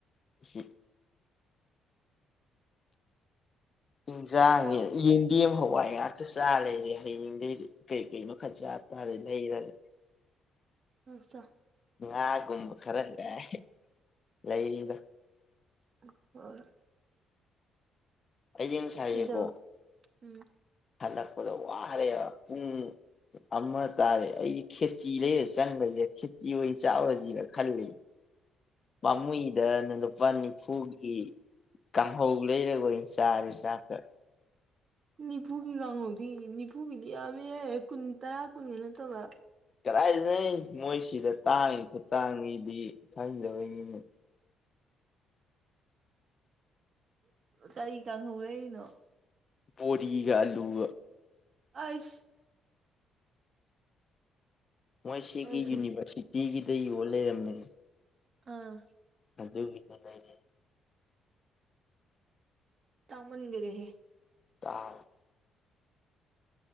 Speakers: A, on the left; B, on the right.
A: ꯑꯁꯤ ꯍꯤꯟꯖꯥꯡꯅꯤ
B: ꯆꯥ
A: ꯌꯦꯟ ꯃꯤ ꯑꯃ ꯍꯋꯥꯏ ꯉꯥꯛꯇ ꯆꯥꯂꯩꯔꯦ ꯍꯌꯦꯡꯗꯒꯩꯗꯤ ꯀꯩꯀꯩ ꯃꯈꯜ ꯆꯥ ꯇꯥꯔꯦ ꯂꯩꯔꯒ
B: ꯑꯆꯥ
A: ꯉꯥꯒꯨꯝꯕ ꯈꯔ ꯀꯥꯏ ꯂꯩꯔꯤꯗ
B: ꯍꯣꯏ ꯍꯣꯏ
A: ꯑꯩꯁꯦ ꯉꯁꯥꯏꯁꯦꯀꯣ
B: <unintelligible> ꯎꯝ
A: ꯍꯜꯂꯛꯄꯗ ꯋꯥꯔꯦ ꯄꯨꯡ ꯑꯃ ꯇꯥꯔꯦ ꯑꯩ ꯈꯦꯆꯤ ꯂꯩꯔ ꯆꯪꯒꯔꯁꯤꯔ ꯈꯦꯆꯤ ꯑꯣꯏꯅ ꯆꯥꯎꯔꯨꯔꯁꯤꯔ ꯈꯜꯂꯤ
B: <unintelligible>
A: ꯄꯥꯃꯨꯏꯗ ꯅ ꯂꯨꯄꯥ ꯅꯤꯐꯨꯒꯤ ꯀꯥꯡꯍꯧ ꯂꯩꯔꯔꯣꯏ ꯆꯥ ꯆꯥꯛꯈ
B: ꯅꯤꯐꯨꯒꯤ ꯀꯥꯡꯍꯧꯗꯤ ꯅꯤꯐꯨꯒꯤꯗꯤ ꯌꯥꯝꯃꯤꯍꯦ ꯀꯨꯟ ꯇꯔꯥ ꯀꯨꯟꯒ ꯅꯠꯇꯕ
A: ꯀꯗꯥꯥꯏꯗꯩꯩꯅꯣꯍꯦ ꯃꯣꯏ ꯁꯤꯗ ꯇꯥꯡꯉꯤ ꯈꯨꯇꯥꯡꯖꯤꯗꯤ ꯈꯪꯗꯕꯩꯅꯤꯅꯦ
B: ꯀꯔꯤ ꯀꯥꯡꯍꯧꯔꯏꯅꯣ
A: ꯕꯣꯔꯤꯒ ꯑꯜꯂꯨꯒ
B: <unintelligible>
A: ꯃꯣꯏ ꯁꯤꯒꯤ
B: ꯑꯩꯁꯨ
A: ꯌꯨꯅꯤꯚꯔꯁꯤꯇꯤꯒꯤꯗ ꯌꯣꯟ ꯂꯩꯔꯝꯃꯦ
B: ꯑꯥ
A: <unintelligible>
B: ꯇꯥꯃꯟꯒꯔꯦꯍꯦ
A: ꯇꯥ